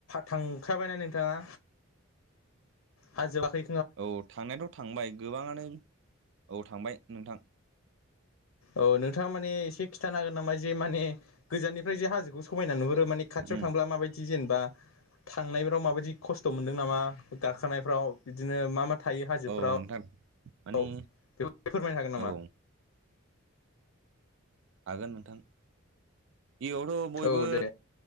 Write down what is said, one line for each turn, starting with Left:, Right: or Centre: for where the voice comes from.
Left: थांखाबायना नोंथाङा हाजोबाखै
Right: औ थांनायाथ' थांबाय गोबाङानो औ थांबाय नोंथां।
Left: औ नोंथाङा माने एसे खिन्थानो हागोन नामा जे माने गोजाननिफ्राय जे हाजोखौ समायना नुहरो आरो माने खाथियाव
Right: उम
Left: थांब्ला माबायदि जेनेबा थांनायफ्राव माबायदि खस्थ' मोनदों नामा गाखोनायफ्राव बिदिनो मा मा थायो हाजोफ्राव
Right: औ नोंथां मानि
Left: औ बेखौ फोरमायनो हागोन
Right: औ हागोन नोंथां इयावथ' बयबो
Left: नामा औ दे